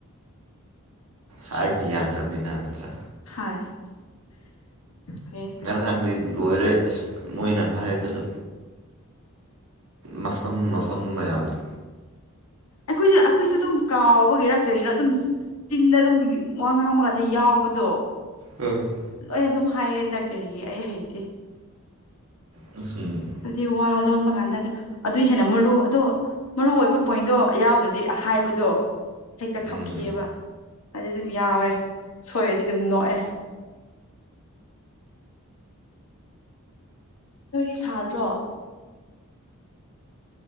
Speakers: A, on the right (about 80°); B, on the left (about 80°).
A: ꯍꯥꯏꯕꯗꯤ ꯌꯥꯗ꯭ꯔꯕꯅꯤꯅ ꯅꯠꯇ꯭ꯔꯥ
B: ꯍꯥꯏ ꯐꯩꯌꯦ ꯐꯩ
A: ꯅꯥꯡꯗꯤ ꯂꯣꯏꯔꯦ ꯑꯁ ꯃꯣꯏꯅ ꯍꯥꯏꯕꯗ ꯅꯁꯝ ꯅꯁꯝ ꯃꯌꯥꯝꯗ
B: ꯑꯩꯈꯣꯏꯖꯨ ꯑꯩꯈꯣꯏꯁꯨ ꯑꯗꯨꯝ ꯀꯥꯎꯕꯒꯤꯔ ꯀꯔꯤꯒꯤꯔ ꯑꯗꯨꯝ ꯆꯤꯟꯗ ꯑꯗꯨꯝ ꯋꯥ ꯉꯥꯡꯕꯀꯥꯟꯗ ꯌꯥꯎꯕꯗꯣ
A: ꯎꯝ
B: ꯂꯣꯏꯅ ꯑꯗꯨꯝ ꯍꯥꯏꯌꯦꯗ ꯀꯔꯤ ꯑꯩ ꯍꯩꯇꯦ
A: ꯎꯝ ꯍꯨꯝ
B: ꯍꯥꯏꯕꯗꯤ ꯋꯥ ꯂꯣꯟꯕ ꯀꯥꯟꯗꯗꯣ ꯑꯗꯨꯏ ꯍꯦꯟꯅ ꯃꯔꯨ ꯑꯗꯣ ꯃꯔꯨꯑꯣꯏꯕ ꯄꯣꯏꯟꯗꯣ ꯌꯥꯎꯗ꯭ꯔꯗꯤ ꯍꯥꯏꯕꯗꯣ ꯍꯦꯛꯇ
A: ꯎꯝ
B: ꯈꯞꯈꯤꯌꯦꯕ ꯑꯗꯨ ꯑꯗꯨꯝ ꯌꯥꯎꯔꯦ ꯁꯣꯏꯔꯗꯤ ꯑꯗꯨꯝ ꯅꯣꯛꯑꯦ ꯅꯣꯏꯗꯤ ꯁꯥꯗ꯭ꯔꯣ